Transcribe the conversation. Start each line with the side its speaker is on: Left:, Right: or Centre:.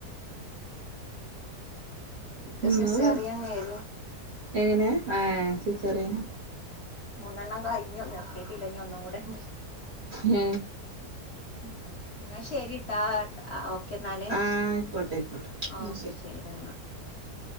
Left: ഇക്ക്
Right: ഉ
Left: സിസേറിയനായിരുന്നു
Right: വ എങ്ങനെയാ ആഹ സിസറിയന
Left: മൂന്നെണ്ണം കഴ്ഞ്ഞു നിർത്തീട്ടില്ല ഞ് ഒന്നും കൂടെണ്ട്
Right: ഏ
Left: ഉം എന്നാ ശരിട്ടാ ക്കെ എന്നാലേ
Right: ആഹ് ആയിക്കോട്ടെ ആയിക്കോട്ടെ എന്നാ
Left: ഓക്കെ ശരി എന്നാൽ